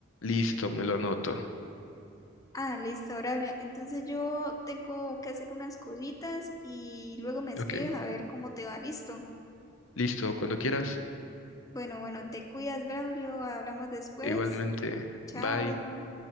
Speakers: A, on the left; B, on the left.
A: Listo, me lo anoto.
B: Ah, listo, Braulio. Entonces yo tengo que hacer unas cositas y luego me escribes
A: Ok.
B: a ver cómo te va, listo.
A: Listo, cuando quieras.
B: Bueno, bueno, te cuidas, Braulio. Hablamos después.
A: Igualmente.
B: Chao.
A: Bye.